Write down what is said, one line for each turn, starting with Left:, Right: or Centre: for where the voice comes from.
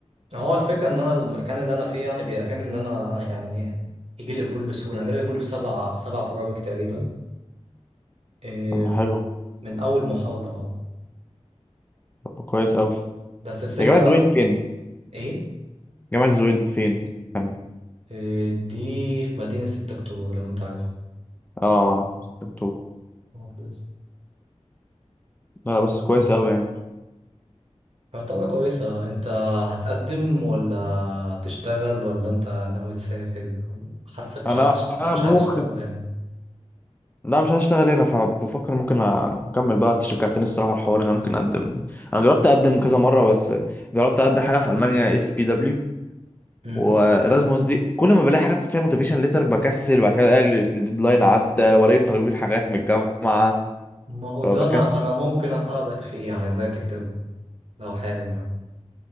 Right: هو الفكرة إن أنا المكان اللي أنا فيه يعني بيأهلني إن أنا يعني يجي لي قبول بسهولة، أنا جالي قبول في سبع سبع برامج تقريبا إيه،
Left: طب ما حلو
Right: من أول محاولة أه
Left: طب كويس قوي
Right: بس الفكرة
Left: يا جماعة دول فين
Right: إيه؟
Left: جامعة زويل فين أنا
Right: إيه، دي في مدينة 6 أكتوبر لو أنت عارفها
Left: آه ست أكتوبر
Right: آه، كويس.
Left: لا بس
Right: مم.
Left: كويس أوي يعني
Right: يعتبر كويسة أنت هتقدم ولا هتشتغل ولا أنت ناوي تسافر ولا حاسك مش
Left: أنا
Right: عايز تشت- مش
Left: ممكن
Right: عايز تشتغل هنا
Left: لا مش هشتغل هنا فبفكر ممكن أكمل بقى أنت شجعتني الصراحة الحوار إن أنا ممكن أقدم أنا جربت أقدم كذا مرة بس جربت أقدم حاجة في ألمانيا اس بي دبليو
Right: مم.
Left: وإرازموس دي كل ما بلاقي حاجة فيها موتيفيشن ليتر بكسل وبعد كده ألاقي الديدلاين عدى ولاقيهم طالبين حاجات من الجامعة
Right: ما هو
Left: فبكسل
Right: ده أنا أنا ممكن أساعدك فيه يعني إزاي تكتبه لو حابب يعني.